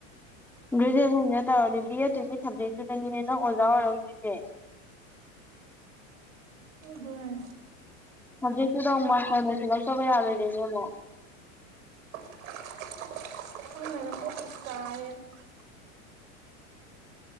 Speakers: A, in the centre; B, on the right (about 80°).
A: ꯒ꯭ꯔꯦꯖꯨꯑꯦꯁꯟꯗ ꯇꯧꯔꯗꯤ ꯕꯤ ꯑꯦꯗꯠꯇꯨꯒꯤ ꯁꯕꯖꯦꯛꯇꯨꯗꯅꯤꯅꯦ ꯅꯪ ꯑꯣꯖꯥ ꯑꯣꯏꯔꯛꯗꯁꯦ
B: ꯑꯗꯨ ꯑꯗꯨ ꯍꯦ
A: ꯍꯧꯖꯤꯦ ꯆꯗ ꯃꯥꯁꯗꯁꯤ ꯁꯩ ꯌꯥꯜꯗ ꯂꯩꯅꯦ ꯑꯃ
B: <unintelligible>